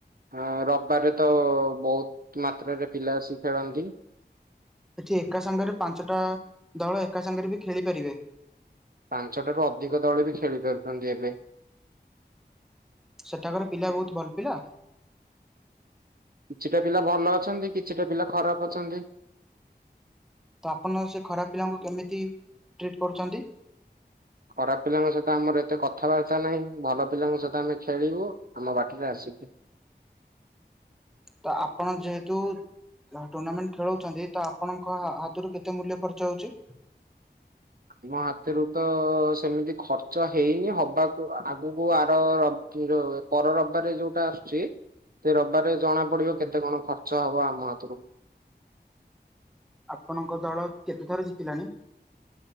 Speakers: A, on the right; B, in the centre.
A: ହ ରବିବାରେ ତ-ଅ-ଅ-ଅ ବହୁତ ମାତ୍ରାରେ ପିଲା ଆସି ଖେଳନ୍ତି।
B: ଏଠି ଏକା ସାଙ୍ଗରେ ପାଞ୍ଚଟା ଦଳ ଏକା ସାଙ୍ଗରେ ବି ଖେଳିପାରିବେ।
A: ପାଞ୍ଚଟାରୁ ଅଧିକ ଦଳ ବି ଖେଳି ପାରୁଛନ୍ତି ଏବେ।
B: ସେଠାକାରର ପିଲା ବହୁତ ଭଲ ପିଲା?
A: କିଛିଟା ପିଲା ଭଲ ଅଛନ୍ତି କିଛିଟା ପିଲା ଖରାପ ଅଛନ୍ତି।
B: ତ ଆପଣ ସେ ଖରାପ ପିଲାଙ୍କୁ କେମିତି ଟ୍ରିଟ୍ କରୁଛନ୍ତି?
A: ଖରାପ ପିଲାଙ୍କ ସହିତ ଆମର ଏତେ କଥାବାର୍ତ୍ତା ନାହିଁ। ଭଲ ପିଲାଙ୍କ ସହିତ ଆମେ ଖେଳିବୁ ଆମ ବାଟରେ ଆସିବୁ। <unintelligible>
B: ତ ଆପଣ ଯେହେତୁ ଟୁର୍ଣ୍ଣାମେଣ୍ଟ ଖେଳଉଛନ୍ତି ତ ଆପଣଙ୍କ ହାତରୁ କେତେ ମୂଲ୍ୟ ଖର୍ଚ୍ଚ ହଉଛି?
A: ଆମ ହାତରୁ ତ-ଅ-ଅ-ଅ ସେମିତି ଖର୍ଚ୍ଚ ହେଇନି ହବାକୁ ଆଗକୁ ଓ ଆର-ଅ-ଅ ରବ ର ପର ରବିବାର ଯୋଉଟା ଆସୁଛି ସେ ରବାରେ ଜଣା ପଡିବ କେତେ କଣ ଖର୍ଚ୍ଚ ହବ ଆମ ହାତରୁ।
B: ଆପଣଙ୍କ ଦଳ କେତେଥର ଜିତିଲାାଣି?